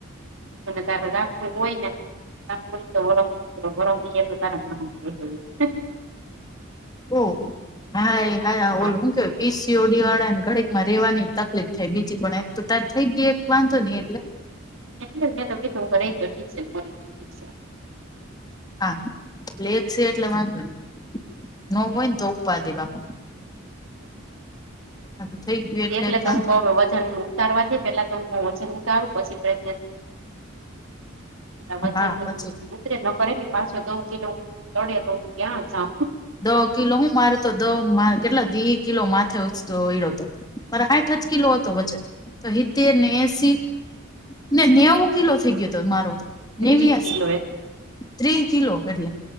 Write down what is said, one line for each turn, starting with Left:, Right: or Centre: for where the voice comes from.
Right: ને તારા રાખવો હોય ને તા કોઈ તો બરફ બરફ બીજા તારામાં <unintelligible>
Left: ઓહ હાય હાય
Right: હા
Left: ઓલ હમ્મ કર પીસી ઓડી વાળા ને ઘડીકમાં રેવાની તકલીફ થાય બીજી પણ એક તો તાર થઈ ગઈ એક વાંધો નહી એટલે
Right: એટલે જ મેં તો કીધું હ રહીતો ઠીક છેને મળી દું ઠીક છે.
Left: હા લે છે એટલે વાંધો નહી. ન હોય ને તો ઉપા દે બાપા
Right: હ
Left: આ તો થઈ ગયું
Right: એટલે
Left: એક
Right: તો
Left: વાંધો
Right: હું કહું
Left: નહી
Right: વજન નું તાર વડે પેલા તો વજન ઉતારું પછી પ્રેગ એના વચન
Left: હા
Right: તો
Left: પછી
Right: ઉતરે નકર એટલી પાછો દવ કીલો ચડે તો હું ક્યાં જાઉ.
Left: દ કિલો હું મારે તો દ મા કેટલા વી કિલો માથે ઊંચક્યો હોડીઓ તો પર હાઈઠ અઠ જ કિલો હતો વજન તો હીતેર ને એસી. ને નેવું કિલો થઈ ગયો હતો મારો તો
Right: ત્રીસ
Left: નેવ્યાસી
Right: કિલો એ
Left: ત્રી કિલો એટલે